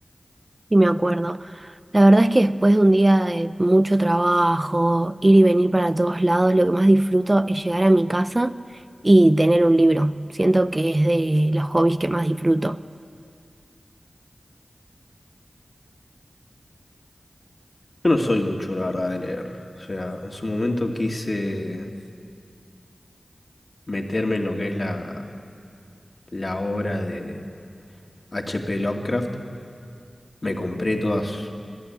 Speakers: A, on the right; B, on the left.
A: y me acuerdo. La verdad es que después de un día de mucho trabajo, ir y venir para todos lados, lo que más disfruto es llegar a mi casa y tener un libro. Siento que es de los hobbies que más disfruto.
B: Yo no soy mucho, la verdad, de leer. O sea, en su momento quise meterme en lo que es la, la obra de H. P. Lovecraft. Me compré todas,